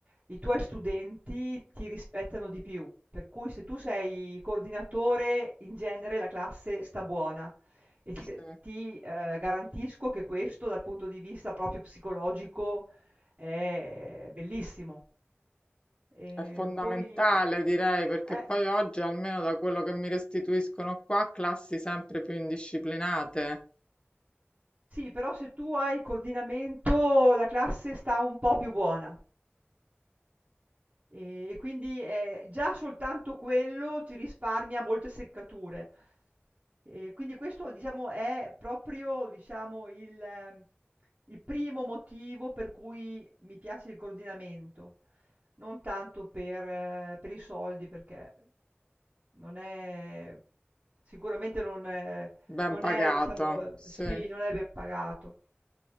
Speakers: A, on the right (about 35°); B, on the left (about 25°).
A: i tuoi studenti ti rispettano di più, per cui se tu sei coordinatore, in genere la classe sta buona e ti
B: Sì.
A: g ti, ehm, garantisco che questo dal punto di vista proprio psicologico è bellissimo. Ehm,
B: È fondamentale,
A: poi
B: direi, perché
A: eh,
B: poi oggi, almeno da quello che mi restituiscono qua, classi sempre più indisciplinate,
A: sì, però se tu hai coordinamento la classe sta un po' più buona. Ehm, e quindi, ehm, già soltanto quello ti risparmia molte seccature. Ehm, quindi questo diciamo è proprio, diciamo, il ehm, il primo motivo per cui mi piace il coordinamento, non tanto per eh, per i soldi perché non è sicuramente non è,
B: ben
A: non
B: pagato.
A: è diciamo
B: Sì,
A: eh, sì,
B: eh,
A: non è ben pagato.